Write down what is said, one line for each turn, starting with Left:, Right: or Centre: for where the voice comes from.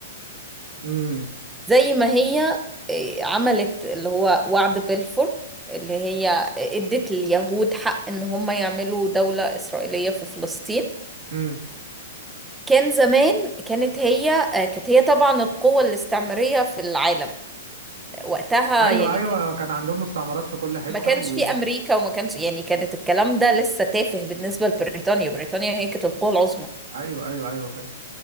Right: امم
Centre: زي ما هي آه، عملت اللي هو وعد بلفور اللي هي آه، ادت اليهود حق ان هم يعملوا دولة إسرائيلية في فلسطين
Right: امم
Centre: كان زمان كانت هي آه، كانت هي طبعا القوة الاستعمارية في العالم وقتها
Right: ايوه
Centre: يعني
Right: ايوه
Centre: كان-
Right: كان عندهم مستعمرات في كل حته
Centre: ما كانش
Right: و...
Centre: في أمريكا وما كانش يعني كانت الكلام ده لسه تافه بالنسبة لبريطانيا بريطانيا هي كانت القوة العظمى
Right: ايوه ايوه ايوه فاهم